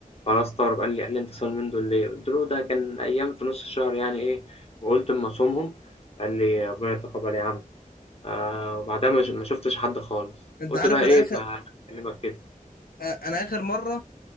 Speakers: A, on the left; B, on the left.
A: فأنا استغرب، قال لي قال لي: "أنت صايم اليومين دول ليه؟" قُلت له: "ده كان أيام في نُص الشهر يعني إيه، وقُلت أمّا أصومهم." قال لي: "ربنا يتقبّل يا عم." آآ، وبعدها ما ش ما شُفتش حد خالص،
B: انت
A: قُلت
B: عارف
A: بقى إيه،
B: انا اخر
A: ما أكلّمك كده،
B: آه، انا اخر مره